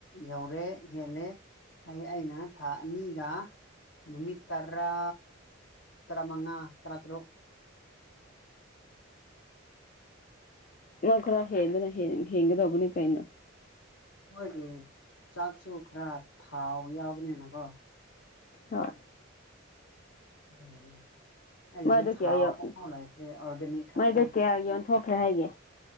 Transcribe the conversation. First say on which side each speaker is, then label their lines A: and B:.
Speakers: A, on the left; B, on the left.
A: ꯌꯧꯔꯦ ꯍꯦꯜꯂꯦ ꯍꯥꯏ ꯑꯩꯅ ꯊꯥꯅꯤꯒ ꯅꯨꯃꯤꯠꯇ ꯇꯔꯥ ꯇꯔꯃꯉꯥ ꯇꯔꯥ ꯇ꯭ꯔꯨꯛ
B: ꯅꯪ ꯈꯔ ꯍꯦꯟꯕꯅ ꯍꯦꯟꯒꯗꯧꯕꯅꯤ ꯀꯩꯅꯣ
A: ꯃꯣꯏꯒꯤ ꯆꯥꯛꯁꯨ ꯈꯔ ꯊꯥꯎ ꯌꯥꯎꯕꯅꯤꯅꯀꯣ
B: ꯍꯥ
A: ꯑꯗꯨ ꯅꯥꯅꯤ ꯑꯩꯒꯤꯗꯤ
B: ꯃꯥꯏꯗꯣ
A: ꯊꯥꯎ
B: ꯀꯌꯥ ꯌꯧ
A: ꯑꯥꯃꯐꯥꯎ ꯂꯩꯇ꯭ꯔꯦ ꯑꯣꯔꯒꯥꯅꯤꯛ ꯈꯛꯇ
B: ꯃꯥꯏꯗ ꯀꯌꯥ ꯌꯣꯟꯊꯣꯛꯈ꯭ꯔꯦ ꯍꯥꯏꯒꯦ